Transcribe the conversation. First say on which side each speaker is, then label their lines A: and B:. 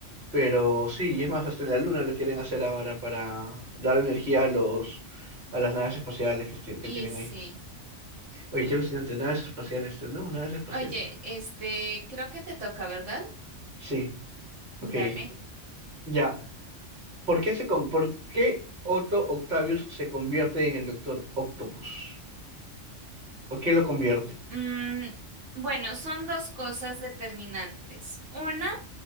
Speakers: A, on the right; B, on the right.
A: pero sí, y es más, hasta en la Luna lo quieren hacer ahora para dar energía a los, a las naves espaciales que, este- que
B: Y
A: tienen
B: sí.
A: ahí. Oye, qué alucinante, naves espaciales, tenemos naves espaciales.
B: Oye, este, creo que te toca, ¿verdad?
A: Sí, ok.
B: Dale.
A: Ya. ¿Por qué se con, por qué Otto Octavius se convierte en el Doctor Octopus? ¿Por qué lo convierte?
B: Mm, bueno, son dos cosas determinantes. Una,